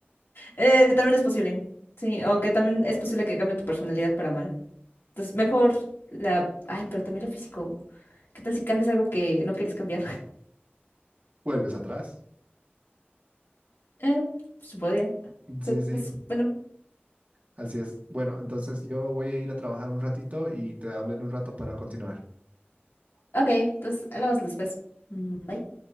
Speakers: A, on the left; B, on the right.
A: Eh, también es posible, sí, aunque también es posible que cambie tu personalidad para mal. Entonces, mejor la... Ay, pero también lo físico. ¿Qué tal si cambias algo que no quieres cambiar? <laughs>
B: Vuelves atrás.
A: Eh, pues, se podría.
B: Sí,
A: Entonces,
B: sí,
A: bueno,
B: así es. Bueno, entonces yo voy a ir a trabajar un ratito y te hablo en un rato para continuar.
A: ok, entonces hablamos después. Mm, Bye.